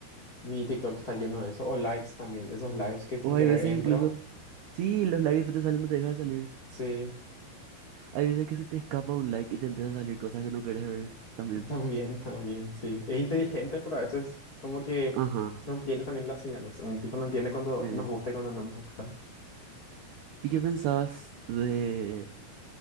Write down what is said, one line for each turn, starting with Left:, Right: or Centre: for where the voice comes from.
Left: Mi TikTok está lleno de eso. O lives también. Esos lives que sin
Right: O hay
Left: querer
Right: veces
Left: entro.
Right: incluso, sí, los likes que te salen no te dejan de salir.
Left: Sí,
Right: Hay veces que se te escapa un like y te empieza a salir cosas que no quieres ver también.
Left: <laughs> también, también, sí. Es inteligente, pero a veces como que
Right: Ajá,
Left: no entiende también las señales. Mm, Tipo, no entiende cuando
Right: sí.
Left: nos gusta y cuando no nos gusta.
Right: ¿Y qué pensás de